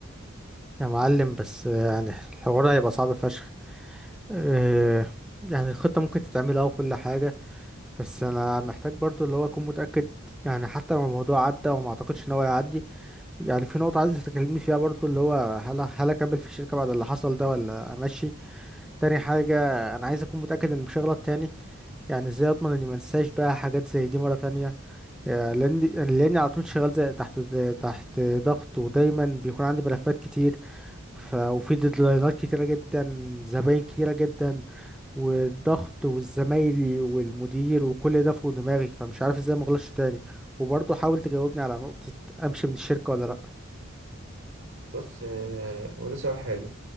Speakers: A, in the centre; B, on the right.
A: يا معلم بس يعني الحوار هيبقى صعب فشخ آه، يعني الخطة ممكن تتعمل اه وكل حاجة بس انا محتاج برضو اللي هو اكون متأكد يعني حتى لو الموضوع عدى وما اعتقدش ان هو يعدي يعني في نقطة عايز تكلمني فيها برضو اللي هو هل هل اكمل في الشركة بعد اللي حصل ده ولا امشي تاني حاجة انا عايز اكون متأكد ان مش هغلط تاني يعني ازاي اضمن اني ما انساش بقى حاجات زي دي مرة تانية آه، لاني لاني على طول شغال زي تحت تحت ضغط ودايما بيكون عندي ملفات كتير ف... وفي ديدلاينات كتيرة جدا زباين كتيرة جدا والضغط والزمايلي والمدير وكل ده فوق دماغي فمش عارف ازاي ما اغلطش تاني وبرضه حاول تجاوبني على نقطة امشي من الشركة ولا لا
B: بص آه، وده سؤال حلو